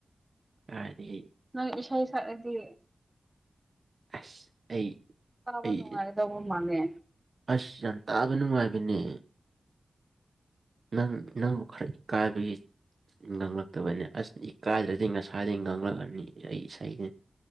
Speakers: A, on the right; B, on the right.
A: ꯍꯥꯏꯗꯤ꯫
B: ꯅꯪ ꯏꯁꯩ ꯁꯛꯂꯗꯤ
A: ꯑꯁ ꯑꯩ
B: ꯇꯥꯕ
A: ꯑꯩ
B: ꯅꯨꯡꯉꯥꯏ꯫ ꯗꯧꯕ ꯃꯥꯜꯂꯦ꯫
A: ꯑꯁ ꯌꯥꯝ ꯇꯥꯕ ꯅꯨꯡꯉꯥꯏꯕꯅꯦ꯫ ꯅꯪ ꯅꯪꯕꯨ ꯈꯔ ꯏꯀꯥꯏꯕꯒꯤ꯫ ꯉꯛꯂꯛ ꯇꯕꯅꯤ ꯑꯁ ꯏꯀꯥꯏꯗ꯭ꯔꯗꯤ ꯉꯁꯥꯏꯗꯒꯤ ꯉꯛꯂꯛꯑꯅꯤ ꯑꯩ ꯏꯁꯩꯗꯤ꯫